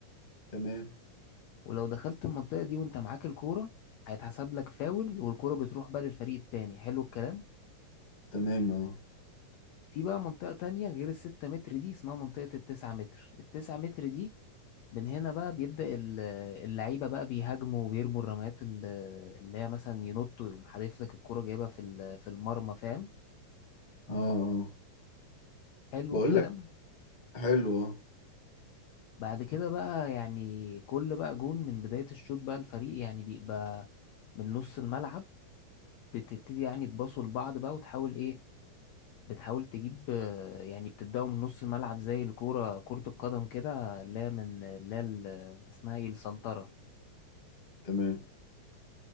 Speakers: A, on the left; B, on the left.
A: تمام
B: ولو دخلت المنطقة دي وانت معاك الكورة هيتحسب لك فاول والكرة بتروح بقى للفريق التاني حلو الكلام
A: تمام اه
B: في بقى منطقة تانية غير الستة متر دي اسمها منطقة التسعة متر التسعة متر دي من هنا بقى بيبدأ ال- اللعيبة بقى بيهاجموا ويرموا الرميات ال- اللي هي مثلا ينطوا يقوم حادف لك الكرة جايبها في ال- في المرمى فاهم
A: اه اه
B: حلو
A: بقول
B: الكلام
A: لك حلو اه
B: بعد كده بقى يعني كل بقى جون من بداية الشوط بقى الفريق يعني بيبقى من نص الملعب بتبتدي يعني تباصوا لبعض بقى وتحاول ايه بتحاول تجيب آه، يعني بتبدأوا من نص الملعب زي الكورة كرة القدم كده اللي هي من اللي هي ال- اسمها ايه السنترة
A: تمام